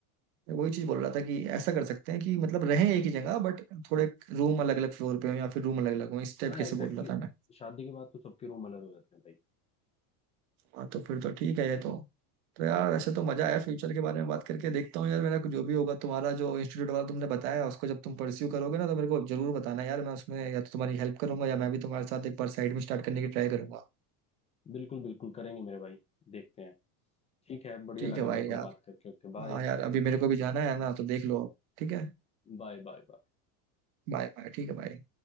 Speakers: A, on the right; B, on the left.
A: मैं वही चीज बोल रहा था कि ऐसा कर सकते हैं कि मतलब रहें एक ही जगह बट थोड़े रूम अलग अलग फ्लोर पे हो या फिर रूम अलग अलग हो इस
B: हाँ
A: टाइप कैसे
B: एग्जैक्टली
A: बोल रहा
B: exactly,
A: था मैं
B: शादी के बाद तो सबके रूम अलग हो जाते हैं भाई
A: हाँ तो फिर तो ठीक है ये तो तो यार वैसे तो मजा आया फ्यूचर के बारे में बात करके देखता हूँ यार मेरा कुछ जो भी होगा तुम्हारा जो इंस्टीट्यूट वाला तुमने बताया उसको जब तुम परस्यू करोगे ना तो मेरे को जरूर बताना यार मैं उसमें या तो तुम्हारी हेल्प करूंगा या मैं भी तुम्हारे साथ एक बार साइड में स्टार्ट करने की ट्राई करूंगा
B: बिल्कुल बिल्कुल करेंगे मेरे भाई देखते हैं ठीक है बढ़िया
A: ठीक
B: लगा
A: है भाई
B: मेरे को
A: यार
B: बात करके Okay bye
A: हाँ यार अभी मेरे को भी जाना है ना तो देख लो ठीक है
B: bye bye bye
A: Bye bye ठीक है बाय